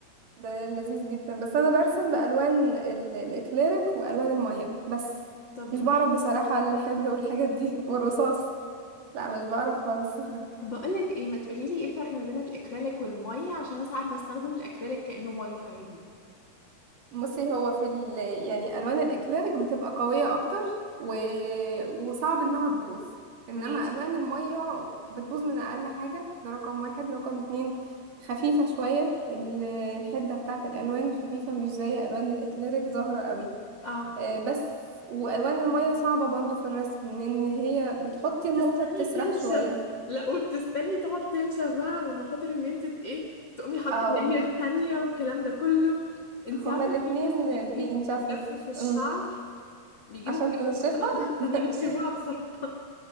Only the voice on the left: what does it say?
طب
جيم
طب بقولك ايه ما تقوليلي ايه الفرق ما بين الاكريليك والميه عشان أنا ساعات بستخدم الاكريليك كأنه ميه عادي
ماشي
اه
بتستني
تنشف
لا وبتستني تقعد تنشف بقى على ما خاطر ان انت ت- ايه تقومي حاطه
لاير تانية والكلام ده كله
انت
عارفه
في ناس بتجيب
مجفف الشعر
بيجيبوا
مجفف
الشعر <laughs>
عشان ينشفوها بسرعه